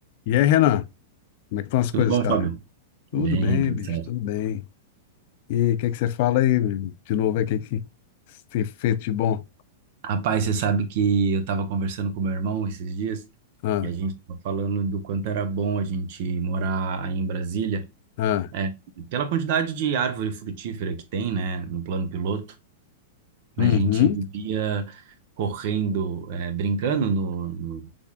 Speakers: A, on the left; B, on the right.
A: E aí, Renan, como é que estão as
B: Tudo
A: coisas,
B: bom,
A: cara?
B: Fábio?
A: Tudo
B: Bem,
A: bem,
B: tudo
A: bicho,
B: certo.
A: tudo bem. E aí, o que é que você fala aí, meu? de novo, aí, o que é que você fez de bom?
B: Rapaz, você sabe que eu tava conversando com meu irmão esses dias
A: Ah,
B: e a gente tava falando do quanto era bom a gente morar aí em Brasília,
A: ah,
B: é, pela quantidade de árvore frutífera que tem, né, no plano piloto.
A: uhum,
B: A gente vivia correndo, é, brincando no, no-